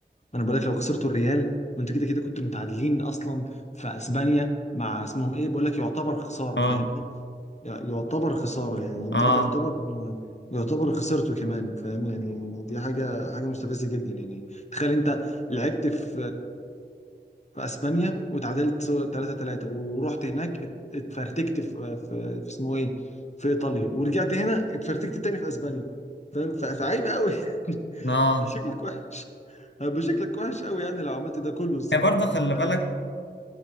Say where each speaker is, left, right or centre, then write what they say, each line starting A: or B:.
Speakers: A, on the left; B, on the left.
A: انا بقولك لو خسرتوا الريال ما انتوا كده كده كنتوا متعادلين اصلا في اسبانيا مع اسمهم ايه بقولك يعتبر خساره
B: اه
A: فاهمني ي- يعتبر خساره يعني انت
B: اه
A: كده يعتبر يعتبر خسرته كمان فاهم يعني دي حاجه حاجه مستفزه جدا يعني تخيل انت لعبت في في اسبانيا وتعادلت 3 3 ورحت هناك ات- اتفرتكت في في في اسمه ايه في ايطاليا ورجعت هنا اتفرتكت تاني في اسبانيا فاهم ف- فعيب قوي
B: اه
A: <laughs> شكلك وحش هيبقى شكلك وحش قوي يعني لو عملت ده كله الصراحه
B: هي برضه خلي
A: يعني لا
B: بالك